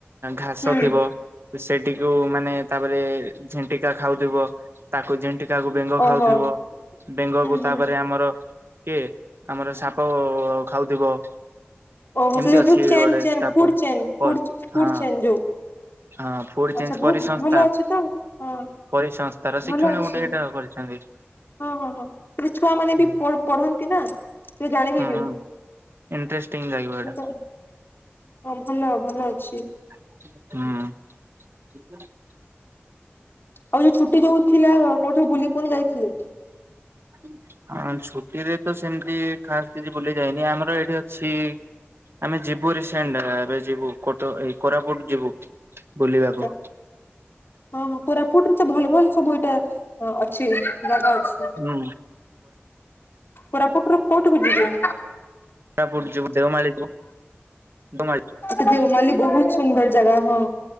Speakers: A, on the right; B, on the left.
A: ଘାସ
B: ହୁଁ
A: ଥିବ। ସେଟିକୁ ମାନେ ତାପରେ ଝିଣ୍ଟିକା ଖାଉଥିବ ତାକୁ ଝିଣ୍ଟି କାକୁ ବେଙ୍ଗ ଖାଉଥିବ
B: ଓହୋ
A: ବେଙ୍ଗକୁ
B: ହୁଁ ହୁଁ
A: ତାପରେ ଆମର କିଏ ଆମର ସାପ ଖାଉଥିବ।
B: ଓହୋ
A: ଏମିତି
B: ସେ ଯୋଉ
A: ଅଛି
B: ଯୋଉ ଚେନ୍
A: ଗୋଟେ
B: chain
A: stop
B: food chain food
A: per
B: food
A: ହଁ।
B: ଚେନ୍ ଯୋଉ
A: ହଁ ଫୁଡ୍
B: ଆଚ୍ଛା
A: ଚେଞ୍ଜ
B: ବହୁତ
A: ପରିସଂସ୍ଥା।
B: ଭଲ ଅଛି ତ ହଁ
A: ପରିସଂସ୍ଥାର ଶିକ୍ଷଣ
B: ଭଲ ଅଛି
A: ଗୋଟେ ହେଇଟା ଆଉ କରିଛନ୍ତି।
B: ହଁ ହଁ ହଁ ହେଲେ ଛୁଆ ମାନେ
A: ହୁଁ
B: ବି ପଢ଼ ପଢ଼ନ୍ତି ନା। ସେ ଜାଣିବେ
A: ହୁଁ
B: ବି
A: ଇଣ୍ଟରେଷ୍ଟିଂ ଲାଗିବ ଏଇଟା
B: ତ। ହଁ ଭଲ ଭଲ ଅଛି।
A: ହୁଁ।
B: ଆଉ ଯୋଉ ଛୁଟି ଯୋଉ ଥିଲା କୋଉଠୁ ବୁଲି ପୁଣି ଯାଇଥିଲ।
A: ହୁଁ। ହଁ ଛୁଟିରେ ତ ସେମିତି ଖାସ୍ କିଛି ବୁଲି ଯାଇନି। ଆମର ଏଇଠି ଅଛି। ଆମେ ଯିବୁ ରିସେଣ୍ଟ ଏବେ ଯିବୁ କଟ ଏ କୋରାପୁଟ ଯିବୁ ବୁଲିବାକୁ।
B: ଆଛା ହଁ ହଁ କୋରାପୁଟରେ ତ ଭଲ ଭଲ ସବୁ ଏଇଟା ଅଛି। ଜାଗା ଅଛି
A: ହୁଁ
B: କୋରାପୁଟରୁୁ କୋଉଠିକୁ ଯିବେ?
A: କୋରାପୁଟ ଯିବୁ ଦେଓମାଳିକୁ ଦେଓମାଳି
B: ଆ ଦେଓମାଳିରେ ବହୁତ ସୁନ୍ଦର ଜାଗା ହଁ।